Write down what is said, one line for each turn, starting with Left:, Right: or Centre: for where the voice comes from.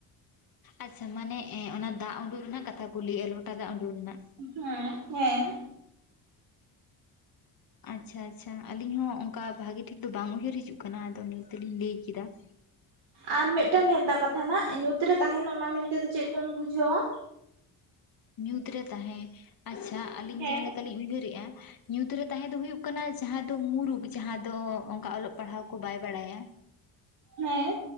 Left: ᱟᱪᱪᱷᱟ ᱢᱟᱱᱮ ᱮᱸ ᱚᱱᱟ ᱫᱟᱜ ᱩᱰᱩᱠ ᱨᱮᱱᱟᱜ ᱠᱟᱛᱷᱟ ᱠᱩ ᱞᱟᱹᱭᱮᱫᱼᱟ ᱞᱚᱴᱟ ᱫᱟᱜ ᱩᱰᱩᱠ ᱨᱮᱱᱟᱜ ᱾
Right: ᱦᱩᱸ ᱦᱮᱸ ᱾
Left: ᱟᱪᱪᱷᱟ ᱟᱪᱪᱷᱟ ᱟᱞᱤᱧ ᱦᱚᱸ ᱚᱱᱠᱟ ᱵᱷᱟᱜᱤ ᱴᱷᱤᱠ ᱫᱚ ᱵᱟᱝ ᱩᱭᱦᱟᱹᱨ ᱦᱤᱡᱩᱜ ᱠᱟᱱᱟ ᱟᱫᱚ ᱱᱤᱭᱟᱹ ᱛᱮᱞᱤᱧ ᱞᱟᱹᱭ ᱠᱮᱫᱟ ᱾
Right: ᱟᱨ ᱢᱤᱫᱴᱟᱝ ᱵᱷᱮᱱᱛᱟ ᱠᱟᱛᱷᱟ ᱱᱟᱜ, ᱧᱩᱛ ᱨᱮ ᱛᱟᱦᱮᱱ ᱚᱱᱟ ᱢᱮᱱ ᱛᱮᱫᱚ ᱪᱮᱫ ᱵᱚᱱ ᱵᱩᱡᱷᱟᱹᱣᱟ?
Left: ᱧᱩᱛ ᱨᱮ ᱛᱟᱦᱮᱸ ᱟᱪᱪᱷᱟ ᱟᱹᱞᱤᱧ
Right: ᱦᱮᱸ
Left: ᱡᱟᱦᱟᱸ ᱞᱮᱠᱟ ᱞᱤᱧ ᱩᱭᱦᱟᱹᱨᱮᱜᱼᱟ ᱧᱩᱛ ᱨᱮ ᱛᱟᱦᱮᱸ ᱫᱚ ᱦᱳᱜ ᱠᱟᱱᱟ ᱡᱟᱦᱟᱸ ᱫᱚ ᱢᱩᱨᱩᱠᱷ ᱡᱟᱦᱟᱸ ᱫᱚ ᱚᱱᱠᱟ ᱚᱞᱚᱜ ᱯᱟᱲᱦᱟᱣ ᱠᱚ ᱵᱟᱭ ᱵᱟᱲᱟᱭᱟ᱾
Right: ᱦᱮᱸᱻ